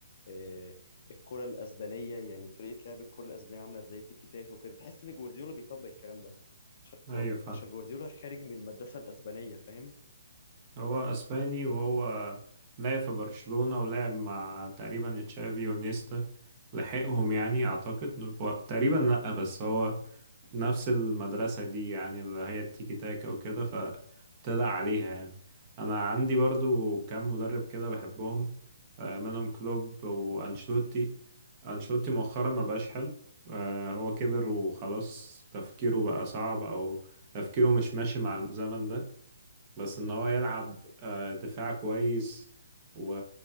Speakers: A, on the left; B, on the right.
A: آه، الكرة الأسبانية يعني طريقة لعب الكرة الأسبانية عاملة ازاي تيكي تاكا وكده تحس إن جوارديولا بيطبق الكلام ده عشان كور-
B: ايوه فاهم
A: عشان جوارديولا خارج من المدرسة الأسبانية فاهم
B: هو اسباني وهو لعب في برشلونة ولعب مع تقريبا تشافي ونيستا لحقهم يعني اعتقد و- تقريبا لا بس هو نفس المدرسة دي يعني اللي هي التيكي تاكا وكده فطلع عليها يعني انا عندي برضو كام مدرب كده بحبهم آه، منهم كلوب وانشلوتي انشلوتي مؤخرا ما بقاش حلو آه، هو كبر وخلاص تفكيره بقى صعب او تفكيره مش ماشي مع الزمن ده بس ان هو
A: مم.
B: يلعب آه، دفاع كويس و...